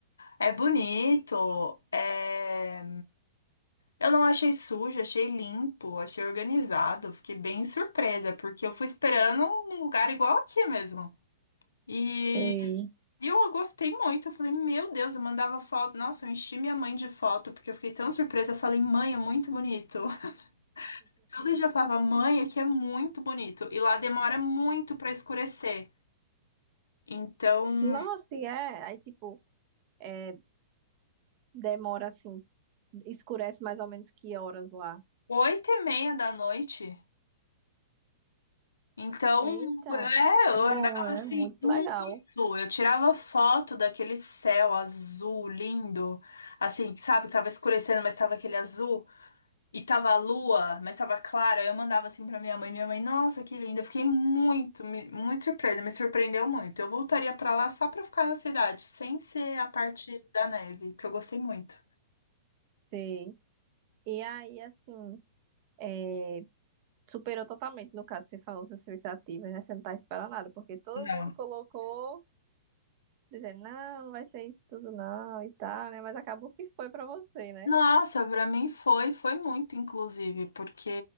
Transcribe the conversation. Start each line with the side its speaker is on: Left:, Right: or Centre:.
Left: É bonito, é... eu não achei sujo, achei limpo, achei organizado, fiquei bem surpresa, porque eu fui esperando um lugar igual aqui mesmo. E
Right: sei.
Left: eu gostei muito, eu falei, meu Deus, eu mandava foto, nossa, eu enchi minha mãe de foto, porque eu fiquei tão surpresa, eu falei, mãe, é muito bonito. <laughs> Todo dia eu falava, mãe, aqui é muito bonito, e lá demora muito pra escurecer. Então,
Right: Nossa, e é. Aí, tipo, é, demora assim, escurece mais ou menos que horas lá.
Left: oito e meia da noite. Então,
Right: Eita,
Left: é, eu
Right: é bom,
Left: andava
Right: né?
Left: assim
Right: Muito
Left: muito.
Right: legal.
Left: Eu tirava foto daquele céu azul lindo, assim, sabe, que tava escurecendo, mas tava aquele azul, e tava a lua, mas tava clara. Eu mandava assim pra minha mãe, minha mãe, nossa, que linda. Eu fiquei muito, me- muito surpresa, me surpreendeu muito. Eu voltaria pra lá só pra ficar na cidade, sem ser a parte da neve, que eu gostei muito.
Right: Sim. E aí, assim, é, superou totalmente, no caso, você falou suas expectativas, né? Você não tá esperando nada, porque todo
Left: Não.
Right: mundo colocou, dizendo, não, não vai ser isso tudo, não, e tal, né? Mas acabou que foi pra você, né?
Left: Nossa, pra mim foi, foi muito, inclusive, porque